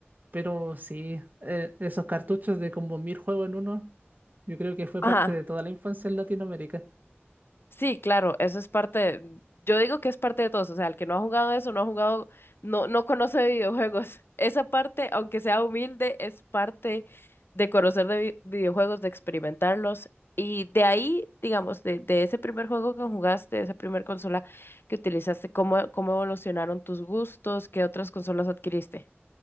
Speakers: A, on the right (about 45°); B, on the left (about 60°).
A: Pero sí, eh, esos cartuchos de como mil juegos en uno, yo creo que fue
B: Ajá.
A: parte de toda la infancia en Latinoamérica.
B: Sí, claro, eso es parte de- yo digo que es parte de todos, o sea, el que no ha jugado eso, no ha jugado, no, no conoce videojuegos. <laughs> Esa parte, aunque sea humilde, es parte de conocer de vi- videojuegos, de experimentarlos. Y de ahí, digamos, de, de ese primer juego que jugaste, de esa primer consola que utilizaste, ¿cómo, cómo evolucionaron tus gustos? ¿Qué otras consolas adquiriste?